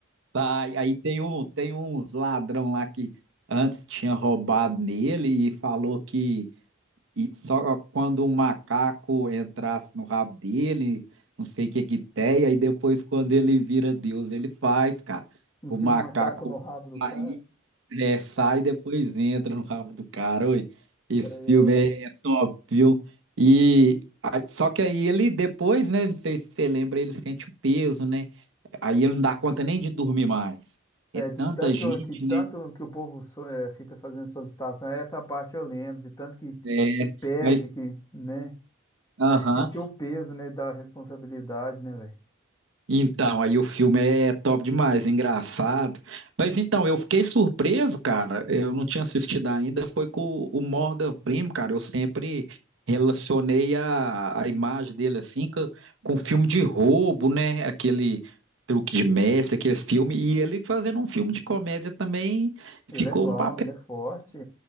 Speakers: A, on the right; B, on the left.
A: vai. Aí tem um, tem uns ladrão lá que antes tinha roubado nele e falou que E só quando um macaco entrasse no rabo dele, não sei o que que tem, aí depois quando ele vira Deus, ele faz, cara.
B: Enfia
A: O macaco
B: o macaco no rabo do cara,
A: aí é, sai e depois entra no rabo do cara. Oi, esse
B: cara,
A: filme é é top, viu? E aí- só que aí ele depois, né? Não sei se você lembra, ele sente o peso, né? Aí ele não dá conta nem de dormir mais.
B: é,
A: É tanta
B: é, de tanto
A: gente,
B: que, o- que tanto
A: né?
B: que o povo so- é, fica fazendo solicitação, é essa parte eu lembro, de tanto que, que
A: É,
B: pede,
A: mas,
B: que, né?
A: aham.
B: Aí sentiu o peso, né, da responsabilidade, né, velho?
A: Então, aí o filme é top demais, engraçado. Mas então, eu fiquei surpreso, cara. Eu não tinha assistido ainda. Foi com o Morgan Freeman, cara. Eu sempre relacionei a, a imagem dele assim com, com filme de roubo, né? Aquele truque de mestre, aquele filme. E ele fazendo um filme de comédia também
B: Ele
A: ficou
B: é bom,
A: um papel.
B: ele é forte,